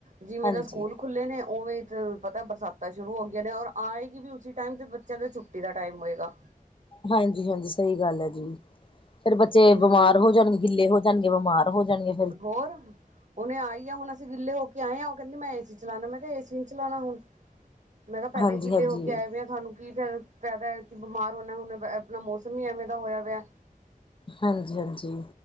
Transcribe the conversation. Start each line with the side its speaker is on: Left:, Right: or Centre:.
Right: ਜਿਵੇਂ
Left: ਹਾਂਜੀ
Right: ਦਾ ਸਕੂਲ ਖੁ ਖੁੱਲੇ ਨੇ ਉਵੇਂ ਤੇ ਪਤਾ ਬਰਸਾਤਾਂ ਸ਼ੁਰੂ ਹੋਗੀਆਂ ਨੇ ਔਰ ਆਏ ਗੀ ਵੀ ਉਸੀ ਟੈਮ ਤੇ ਬੱਚਿਆਂ ਦੇ ਛੁਟ ਟੀ ਦਾ ਟਾਇਮ ਹੋਏਗਾ।
Left: ਹਾਂਜੀ- ਹਾਂਜੀ ਸਹੀ ਗੱਲ ਐ ਜੀ, ਫੇਰ ਬੱਚੇ
Right: ਹੂੰ
Left: ਬਿਮਾਰ ਹੋ ਜਾਣਗੇ। ਗਿੱਲੇ ਹੋ ਜਾਂਣਗੇ, ਬਿਮਾਰ ਹੋ ਜਾਂਣਗੇ।
Right: ਹੋਰ। ਹੁਣੇ ਆਈ ਆ, ਹੁਣ ਅਸੀ ਗਿਲੇ ਹੋ ਕੇ ਆਏ ਆ ਉਹ ਕਹਿੰਦੀ ਮੈਂ ਏਸੀ ਚਲਾਣਾ ਮੈਂ ਕਿਹਾ ਏਸੀ ਨੀ ਚਲਾਣਾ ਹੁਣ ਮੈਂ ਕਿਹਾ ਪਹਿਲੇ
Left: ਹਾਂਜੀ
Right: ਹੀ ਗਿੱਲੇ
Left: ਹਾਂਜੀ
Right: ਹੋ ਕੇ ਆਏ ਵੇ ਆ ਤਹਾਨੂੰ ਕੀ ਫ ਫੈਦਾ ਐ ਕਿ ਬਿਮਾਰ ਹੋਣਾ ਹੁਣ ਆਪਣਾ ਮੌਸਮ ਹੀ ਐਵੇਂ ਦਾ ਹੋਇਆ ਪਿਆ
Left: ਹਾਂਜੀ- ਹਾਂਜੀ।